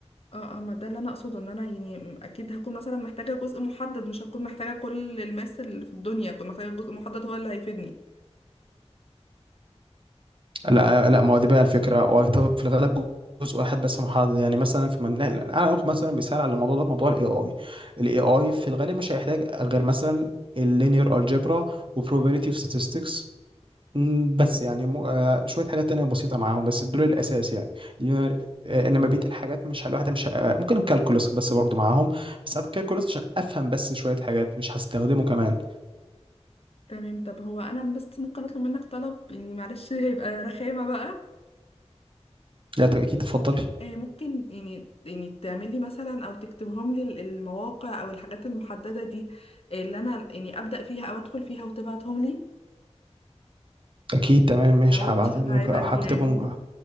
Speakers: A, on the left; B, on the right.
A: اه اه ما ده اللي انا اقصده ان انا يعني م- اكيد هكون مثلا محتاجة جزء محدد مش هكون محتاجة كل الماس اللي في الدنيا هكون محتاجة جزء محدد هو اللي هيفيدني
B: لا لا ما هو دي بقى الفكره وهيتفق في الغالب جزء واحد بس محدد يعني مثلا في من... انا اخد مثلا مثال على الموضوع ده في موضوع الاي اي الاي اي في الغالب مش هيحتاج غير مثلا اللينير الجبرا وبروبابيليتي وستاتستكس بس يعني م... آه، شويه حاجات تانية بسيطه معاهم بس دول الاساس يعني لأن- آه، انما بقيه الحاجات مش ه- الواحد مش ه- آه، ممكن الكالكولس بس برضو معاهم بس هات الكالكولس عشان افهم بس شويه حاجات مش هستخدمه كمان
A: تمام طب هو انا بس ممكن اطلب منك طلب يعني معلش هيبقى رخامة بقى
B: لا ت- اكيد تفضلي
A: آه، ممكن يعني يعني تعملي مثلا او تكتبهم لي ال- المواقع او الحاجات المحددة دي آه، اللي انا يعني ابدأ فيها او ادخل فيها وتبعتهم لي
B: اكيد تمام ماشي
A: لو
B: هبعت
A: مش
B: لك
A: هتعبك
B: هكتبهم
A: يعني